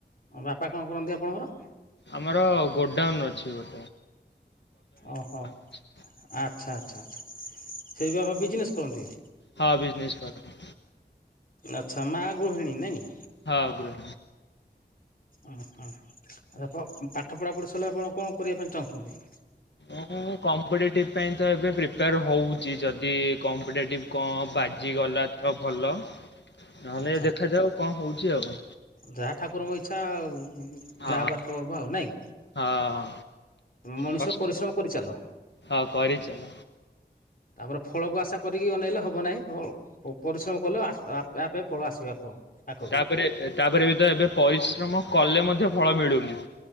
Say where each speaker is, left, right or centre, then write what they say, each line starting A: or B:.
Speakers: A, on the left; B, on the left.
A: ବାପା କଣ କରନ୍ତି ଆପଣଙ୍କର?
B: ଆମର ଗୋଡାଉନ୍ ଅଛି ଗୋ
A: ଓହୋ
B: ଅଛି।
A: ଆଚ୍ଛା ଆଚ୍ଛା ଆଚ୍ଛା ସେ କଣ ବିଜିନେସ୍ କରନ୍ତି।
B: ହଁ ବିଜନେସ କରନ୍ତି।
A: ଆଚ୍ଛା ମା ଗୃହିଣୀ ନାଇଁ?
B: ହଁ ଗୃ
A: ଓ ହଁ ଆ ପାଠ ପଢ଼ାପଢ଼ି ସାରିଲେ ଆପଣ କଣ କରିବା ପାଇଁ ଚାହୁଁଛନ୍ତି?
B: ଉଁ। ମୁଁ କମ୍ପିଟେଟିଭ୍ ପାଇଁ ତ ଏବେ ପ୍ରିପେୟାର ହେଉଛି ଯଦି କମ୍ପିଟେଟିଭ୍ କଣ ବାଜିଗଲା। ତ ଭଲ ନହେଲେ
A: ଆଚ୍ଛା
B: ଦେଖାଯାଉ କଣ ହେଉଛି ଆଉ।
A: ଯାହା ଠାକୁରଙ୍କ ଇଚ୍ଛା ଆଉ ଯାହା
B: ହଁ
A: ହବାର
B: ହଁ
A: ଥିବ ହବ ନାଇଁ।
B: ହଁ।
A: ମଣିଷ
B: କଷ୍ଟ
A: ପରିଶ୍ରମ କରିଚାଲ।
B: ହଁ କରିଚାଲ।
A: ତାପରେ ଫଳକୁ ଆଶା କରିକି ଅନେଇଲେ ହବ ନାହିଁ ପରିଶ୍ରମ କଲେ ଆସଆ ଆପେ ଫଳ ଆସିବ ଆପଣ। ପାଖକୁ
B: ତାପରେ ତାପରେ ବିତ ଏବେ ପରିଶ୍ରମ କଲେ ମଧ୍ୟ ଫଳ ମିଳୁନି।